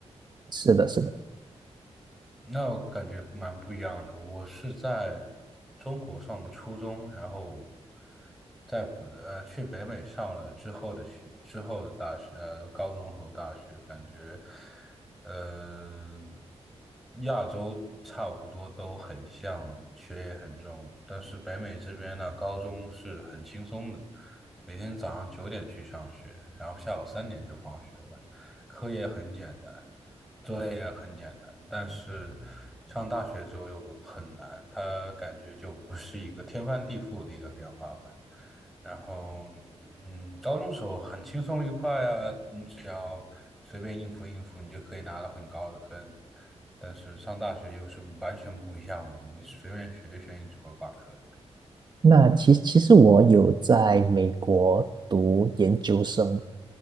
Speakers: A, on the right (about 40°); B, in the centre.
A: 是的，是的。
B: 那我感觉蛮不一样的。我是在中国上的初中，然后在呃去北美上了之后的学，之后的大学，呃，高中和大学，感觉呃亚洲差不多都很像，学业很重，但是北美这边呢，高中是很轻松的，每天早上九点去上学，然后下午三点就放学了，课也很简单。作业很简单，但是上大学之后又很难，它感觉就不是一个天翻地覆的一个变化吧。然后，嗯，高中时候很轻松愉快啊，你只要随便应付应付，你就可以拿到很高的分。但是上大学又是完全不一样的，你随便学一学，你只会挂科。
A: 那其其实我有在美国读研究生。